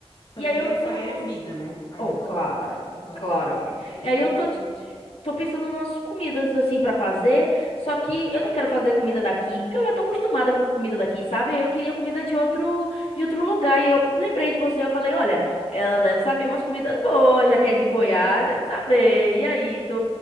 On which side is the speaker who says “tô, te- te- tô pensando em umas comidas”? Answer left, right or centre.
Left